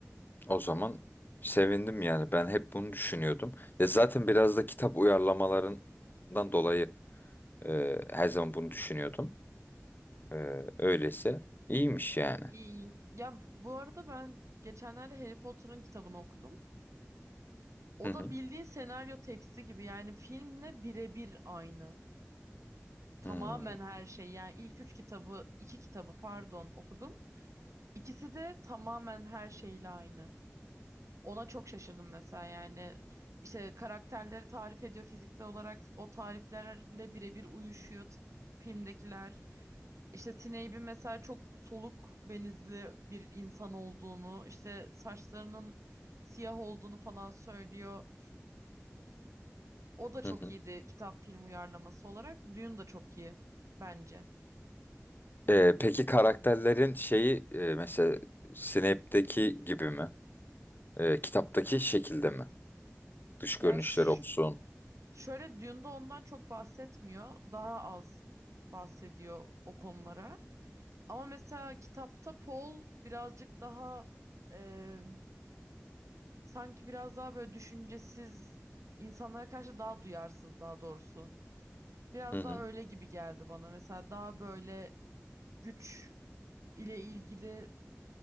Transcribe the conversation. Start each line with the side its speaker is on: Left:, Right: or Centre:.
Left: O zaman sevindim yani. Ben hep bunu düşünüyordum. Ya zaten biraz da kitap uyarlamalarından dolayı e, her zaman bunu düşünüyordum. E, öyleyse iyiymiş yani.
Right: İyi. Ya bu arada ben geçenlerde Harry Potter'ın kitabını okudum. O
Left: Hı hı.
Right: da bildiğin senaryo teksti gibi yani filmle birebir aynı. Tamamen
Left: Hmm,
Right: her şey yani ilk üç kitabı, iki kitabı pardon okudum. İkisi de tamamen her şeyle aynı. Ona çok şaşırdım mesela yani işte karakterleri tarif ediyor fiziksel olarak o tariflerle birebir uyuşuyor t- filmdekiler. İşte Snape'in mesela çok soluk benizli bir insan olduğunu, işte saçlarının siyah olduğunu falan söylüyor. O da çok
Left: Hı hı.
Right: iyiydi kitap film uyarlaması olarak. Dune da çok iyi bence.
Left: E, peki karakterlerin şeyi e, mesela Snape'deki gibi mi? E, kitaptaki şekilde mi? Dış görünüşleri
Right: Yani ş-
Left: olsun.
Right: şöyle Dune'da ondan çok bahsetmiyor. Daha az bahsediyor o konulara. Ama mesela kitapta Paul birazcık daha e, sanki biraz daha böyle düşüncesiz insanlara karşı daha duyarsız daha doğrusu. Biraz
Left: Hı hı.
Right: daha öyle gibi geldi bana. Mesela daha böyle güç ile ilgili